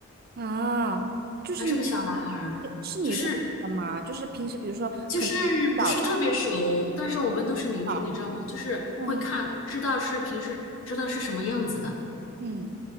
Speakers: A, on the right; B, on the left.
A: 啊？就是你
B: 还是个小男孩儿，
A: 是你认识的吗？
B: 就是
A: 就是平时比如说可能会碰到的，
B: 就是不是特别熟，但是我们都是邻居，
A: 啊
B: 你知道吗？就是会看，
A: 嗯
B: 知道是平时知道是什么样子的。
A: 嗯。